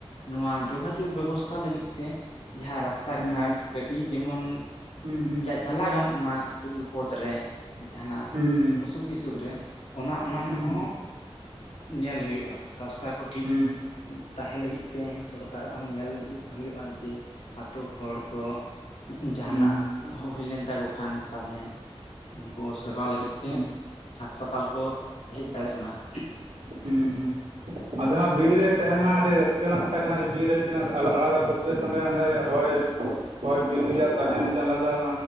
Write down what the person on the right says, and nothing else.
ᱦᱩᱸ
ᱦᱩᱸ ᱦᱩᱸ
ᱦᱩᱸ ᱦᱩᱸ
ᱦᱩᱸ
ᱦᱩᱸ
ᱦᱩᱸ
ᱦᱩᱸ
ᱦᱩᱸ
ᱦᱩᱸ ᱦᱩᱸ ᱟᱫᱚ ᱦᱟᱸᱜ ᱵᱤᱨ ᱨᱮ ᱛᱟᱦᱮᱸᱱᱟ ᱟᱹᱰᱤ ᱨᱟᱹᱥᱠᱟᱹ ᱨᱮᱱᱟᱜ ᱠᱟᱛᱷᱟ ᱠᱟᱱᱟ ᱡᱮ ᱵᱤᱨ ᱨᱮᱱ ᱟᱞᱟᱫᱟ ᱯᱚᱨᱤᱵᱮᱥ ᱚᱸᱰᱮ ᱚᱸᱰᱮ ᱦᱚᱭ ᱦᱚᱭ ᱵᱤᱨ ᱨᱮᱭᱟᱜ ᱛᱟᱦᱮᱸ ᱢᱤᱫᱴᱮᱱ ᱟᱞᱟᱫᱟ